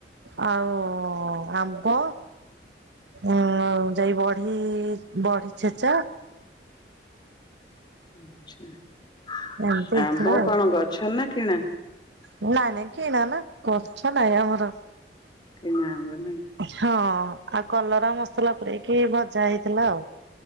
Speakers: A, on the right; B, on the left.
A: ଆଉ ଆମ୍ବ ଉଁ ଯାଇ ବଢି ବଢି ଚୁରା।
B: ଆଛା
A: ଏମିତି ହେଇଥିଲା
B: ଆମ୍ବ
A: ଆଉ।
B: କଣ ଗଛ ନା କିଣା?
A: ନାଇଁ ନାଇଁ କିଣା ନା ନା ଗଛ ନାହିଁ ଆମର।
B: କିଣା ନାଇ।
A: ହଁ ଆଉ କଲରା ମସଲା ପୁରଇକି ଭଜା ହେଇଥିଲା ଆଉ।